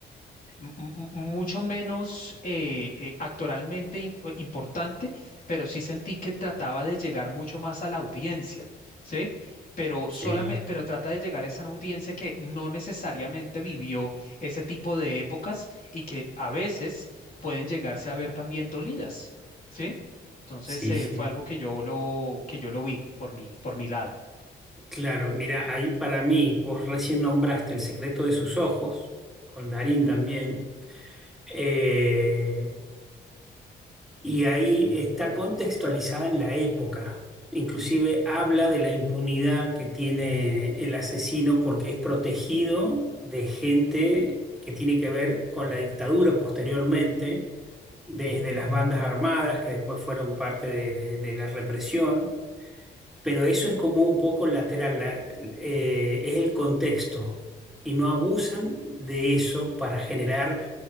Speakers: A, on the left; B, in the centre.
A: m- m- mucho menos eh, eh, actoralmente imp- importante, pero sí sentí que trataba de llegar mucho más a la audiencia, ¿sí? Pero solamente,
B: sí,
A: pero trata de llegar a esa audiencia que no necesariamente vivió ese tipo de épocas y que a veces pueden llegarse a ver también dolidas, ¿sí? Entonces,
B: sí,
A: eh,
B: sí.
A: fue algo que yo lo, que yo lo vi por mi, por mi lado.
B: Claro, mira, ahí para mí, vos recién nombraste El secreto de sus ojos, con Darín también. Eh, Y ahí está contextualizada en la época. Inclusive habla de la impunidad que tiene el asesino porque es protegido de gente que tiene que ver con la dictadura posteriormente, desde las bandas armadas que después fueron parte de, de- de la represión, pero eso es como un poco lateral, la- eh, es el contexto y no abusan de eso para generar